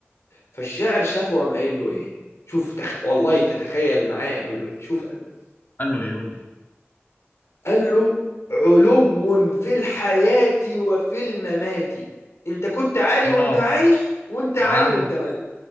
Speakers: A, on the left (about 90°); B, on the left (about 45°).
A: فالشاعر شافه وقام قايل له ايه شوف تخ... والله تتخيل معايا يقول له ايه شوف قال له ايه
B: قال له ايه قول لي
A: قال له علو في الحياة وفي الممات انت كنت عالي
B: الله
A: وانت عايش وانت عالي
B: وعالي
A: وانت ميت